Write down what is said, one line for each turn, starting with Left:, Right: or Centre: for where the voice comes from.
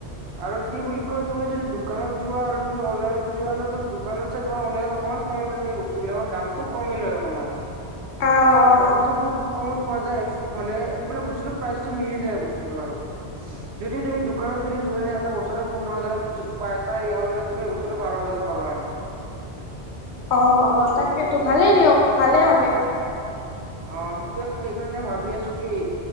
Right: আৰু কি বুলি কয় তুমি যদি দোকানত যোৱা আৰু তুমি অনলাইন য দোকানত চাই তোমাৰ অনলাইনত। অকণমান কমতে তুমি বস্তুবিলাকৰ দামতটো কমি লয় অকণমান
Left: অ',
Right: চ'
Left: অ',
Right: দামতটো
Left: অ',
Right: বহুত কমত পোৱা যায়। মানে বস্তুটো পেৰাস মিনিলি যাই বস্তুটো আৰু যদি তুমি যদি স এটা বছৰে পোন্ধ হাজাৰ বছ পাইছা এই অনলাইত তুমি এই বছৰো বাৰ হাজাৰত পাবা আৰু
Left: অ' অ' তাকেতো ভালেই দিয়ক ভালে মানে।
Right: অ' সেইটোয়েতো সেইকাৰণে ভাবি আছো। কি